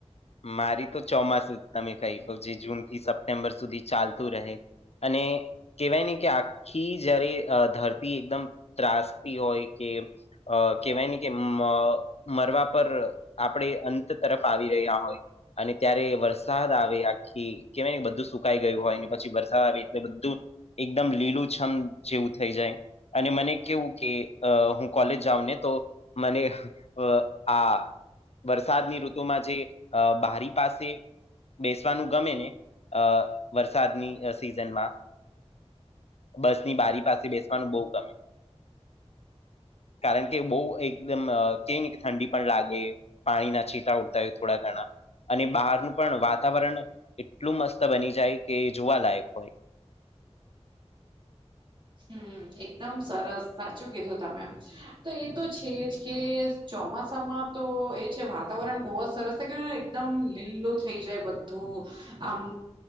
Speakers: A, on the left; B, on the right.
A: મારી તો ચોમાસું જ તમે કહી લો જે જૂન થી સપ સેમ્બર સુધી ચાલતું રહે અને કહેવાય ને કે આખી જયારે ધરતી એકદમ ત્રાસતી હોય કે કેહેવાય ને કે મરવા પર આપડે અંત તરફ આવી રહ્યા હોય અને ત્યારે વરસાદ આવે આખી કેવાય ને બધું સુકાઈ ગયું હોય પછી વરસાદ આવે એટલે બધું એકદમ લીલું છમ જેવું થઈ જાય અને મને કેવું કે હું કોલેજ જાઉં ને તો મને અ આ વરસાદની ઋતુમાં જે બારી પાસે બેસવાનું ગમે ને અ વરસાદની સિઝનમાં બસ ની બારી પાસે બેસવાનું બહુ ગમે કારણ કે બહ એકદમ ક ન કે ઠંડી પણ લાગે પાણી ના છીટા ઉડતાય્યું થોડા ઘણા અને બહારનું પણ વાતાવરણ એટલું મસ્ત બની જાય કે જોવાલાયક હોય
B: હમ્મ એકદમ સરસ સાચું કીધું તમે તો એ તો છે જ કે ચોમાસામાં તો એ છે વાતાવરણ બહુ જ સરસ છે કે એકદમ લીલું થઈ જાય બધું આમ